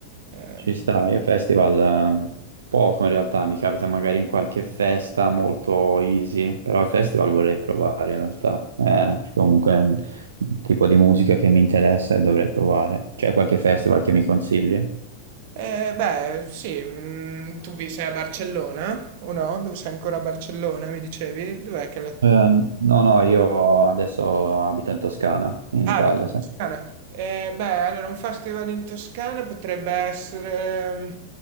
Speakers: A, on the right; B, on the right.
A: Ehm,
B: ci sta. Io festival eh, poco in realtà, mi capita magari in qualche festa molto easy, però il festival vorrei provare in realtà, eh, perché comunque è un tipo di musica che mi interessa e dovrei provare. C'è qualche festival che mi consigli?
A: Eh, beh, sì, mm, tu vi sei a Barcellona o no? Dove sei ancora a Barcellona, mi dicevi? Dov'è che la...
B: Eh, no, no, io adesso abito in Toscana, in
A: Ah,
B: Italia,
A: abiti
B: sì.
A: in Toscana. Eh, beh, allora un festival in Toscana potrebbe essere... mm,